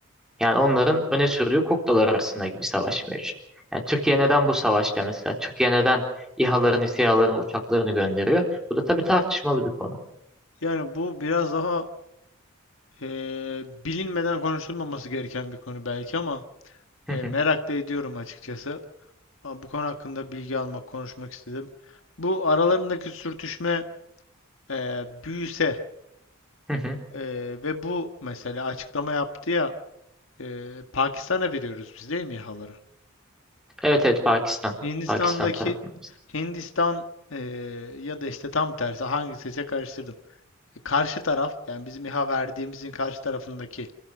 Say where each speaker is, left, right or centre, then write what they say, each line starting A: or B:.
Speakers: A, in the centre; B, on the left.
A: Yani onların öne sürdüğü kuklalar arasındaki bir savaş mevcut. Yani Türkiye neden bu savaşta mesela? Türkiye neden İHA'larını, SİHA'larını, uçaklarını gönderiyor? Bu da tabii tartışmalı bir konu.
B: Yani bu biraz daha eee, bilinmeden konuşulmaması gereken bir konu belki ama
A: Hı
B: eee,
A: hı,
B: merak da ediyorum açıkçası. Ama bu konu hakkında bilgi almak, konuşmak istedim. Bu aralarındaki sürtüşme eee, büyüse
A: hı hı.
B: eee, ve bu mesela açıklama yaptı ya eee, İHA'ları veriyoruz biz değil mi İHA'ları?
A: Evet evet Pakistan.
B: Hindistan'daki
A: Pakistan tarafındayız.
B: Hindistan eee, ya da işte tam tersi hangisi ise karıştırdım. E, Karşı taraf yani bizim İHA verdiğimizin karşı tarafındaki